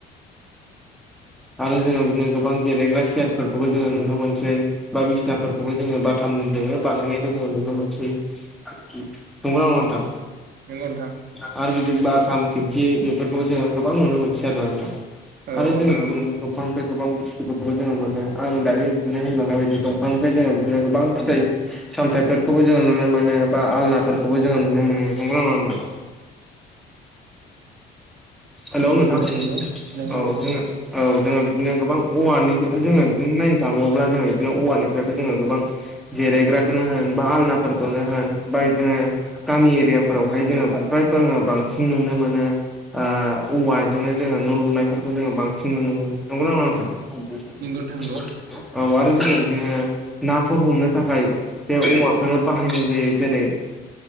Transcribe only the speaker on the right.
नोंगौ नोंथां।
औ
औ
नंगौ
नंगौ नंगौ
नोंथां
नंगौ नोंथां नंगौ